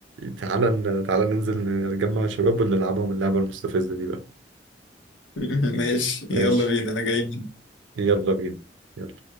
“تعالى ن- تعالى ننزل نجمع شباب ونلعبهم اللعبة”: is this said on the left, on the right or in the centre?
Right